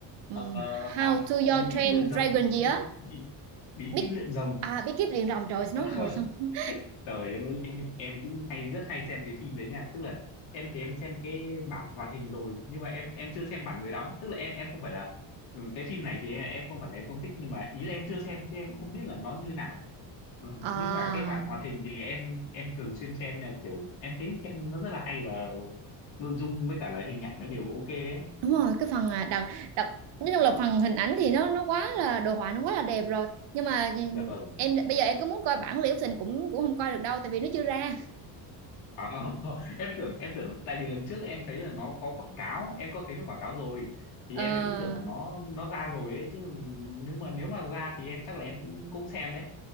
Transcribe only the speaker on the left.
ờ,
à,
à, bí kíp
luyện rồng
bí,
bí, bí
kíp luyện rồng
<laughs>
trời ơi em em cũng hay rất hay xem cái phim đấy nha tức là em thì em xem cái bản hoạt hình rồi nhưng mà em em chưa xem bản người đóng tức là em em không phải là ừ, cái phim này thì em, em không phải là em không thích nhưng mà ý là em chưa xem chứ em cũng không biết là nó như nào ừ,
nhưng mà cái bản hoạt hình thì em em thường xuyên xem là kiểu em thấy xem nó rất là hay và nội dung với cả là hình ảnh nó đều ok ấy
Dạ vâng.
À, <laughs> em tưởng em tưởng tại vì lần trước em thấy là nó có quảng cáo, em có thấy nó quảng cáo rồi thì
em lại cứ tưởng là nó nó ra rồi ấy chứ nếu mà nếu mà ra thì em chắc là em cũng cũng xem đấy.